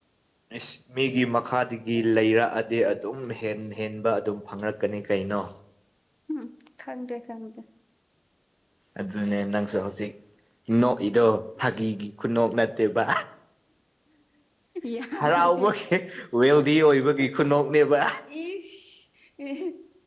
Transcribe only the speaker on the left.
ꯎꯝ ꯈꯪꯗ꯭ꯔꯦ ꯈꯪꯗꯦ
ꯌꯥꯔꯦ
ꯏꯁ ꯑꯦꯍꯦ